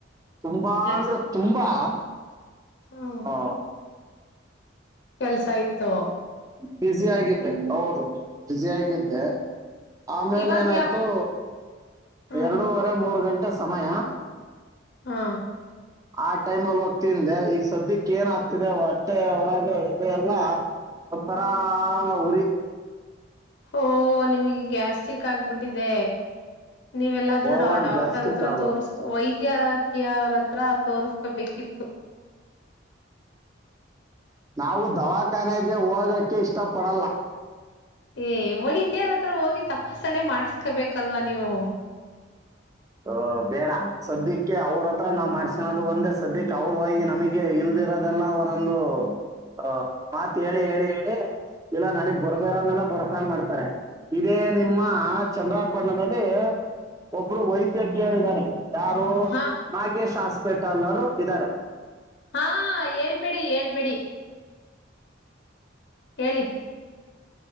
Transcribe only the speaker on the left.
ಜಾಸ್ತಿ
ಹ್ಮ್
ಕೆಲ್ಸ ಇತೋ
ಇವಾಗ್ಯಾ
ಹ್ಮ್
ಹಾ
ಓ ನಿಮಗೆ ಗ್ಯಾಸ್ಟ್ರಿಕ್ ಆಗ್ಬಿಟ್ಟಿದೆ ನೀವೆಲ್ಲಾದ್ರೂಡ
ಡಾಕ್ಟರ್
ಹತ್ರ
ತೋರ್ಸ್ಕೊ ವೈದ್ಯ ಕ್ಕಿ ಅವ್ರತ್ರ ತೋಸ್ಕೋಬೇಕಿತ್ತು
ಏ ವೈದರ ಹತ್ರ ಹೋಗಿ ತಪಾಸಣೆ ಮಾಡಸ್ಕೊಬೇಕಲ್ವಾ ನೀವು
ಹಾ
ಹಾ ಹೇಳ್ಬೇಡಿ ಹೇಳ್ಬೇಡಿ ಹೇಳಿ